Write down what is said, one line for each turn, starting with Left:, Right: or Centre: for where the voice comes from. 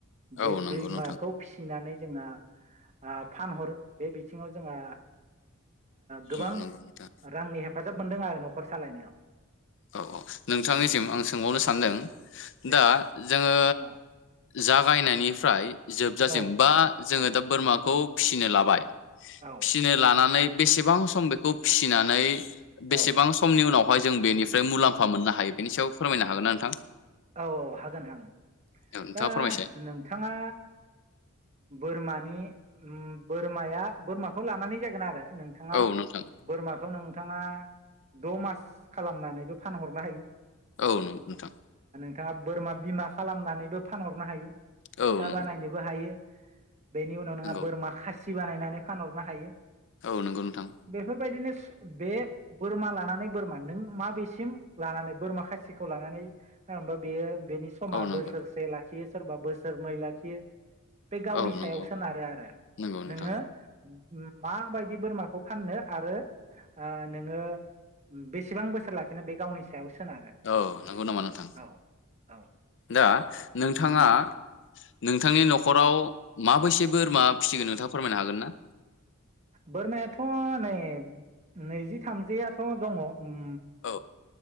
Left: औ
Right: बे
Left: नंगौ
Right: दैमाखौ
Left: नोंथां
Right: फिसिनानै जोंहा फानहरो बे बिथिङाव जोंहा गोबां
Left: औ नंगौ नोंथां
Right: रांनि हे फाजाब मोनदों आरो न'खर सालायनायाव
Left: औ औ नोंथांनिसिम आं सोंबावनो सानदों
Right: दे
Left: दा जोङो
Right: औ
Left: जागायनायनिफ्राय जोबजासिम
Right: औ
Left: बा जोङो
Right: औ
Left: दा बोरमाखौ फिसिनो लाबाय
Right: औ
Left: फिसिनो लानानै। बेसेबां सम बेखौ फिसिनानै। बेसेबां
Right: औ
Left: समनि उनाव। बेयावहाय जों बेनिफ्राय। मुलामफा मोननो हायो। फोरमायनो हागोन ना नोंथां
Right: औ औ हागोन हागोन
Left: औ नोंथाङा
Right: दा
Left: फोरमायसाय
Right: नोंथांङा बोरमानि। बोरमाया बोरमाखौ लानानै जागोन आरो। नोंथांङा
Left: औ नोंथां
Right: बोरमाखौ नोंथांङा। द मास खालामनानैबो फानहरनो हायो।
Left: औ नंगौ नोंथां।
Right: नोंथांङा बोरमा बिमा खालामनानैबो फानहरनो हायो। फिसा
Left: औ नंगौ
Right: बानायनोबो हायो। बेनि उनाव नोंहा
Left: नंगौ
Right: बोरमा खासि। खासि बानायनानै फानहरनो हायो।
Left: औ नंगौ नोंथां।
Right: बेफोरबायदिनो बे बोरमा लानानै बोरमा नों मा बेेसिम लानानै बोरमा खायसे। खासिखौ लानानै बेयो। बेनि समा
Left: औ नंगौ
Right: बोसोरसे लाखि। बे सोरबा बोसोरनै लाखियो। बे गावनि
Left: औ नंगौ
Right: सायाव सोनारो आरो
Left: नंगौ
Right: नोंङो।
Left: नोंथां
Right: माबायदि बोरमाखौ फाननो आरो नोंङो बेसेबां बोसोर लाखिनो बे गावनि सायाव सोनारो।
Left: औ नंगौ नामा नोंथां
Right: औ औ
Left: दा। नोंथांङा।
Right: औ
Left: नोंथांनि नखराव माबैसे बोरमा फिसिगोन नोंथाङा फोरमायनो हागोन ना।
Right: बोरमायाथ नै नैजि थामजिआथ दङ। उम।
Left: औ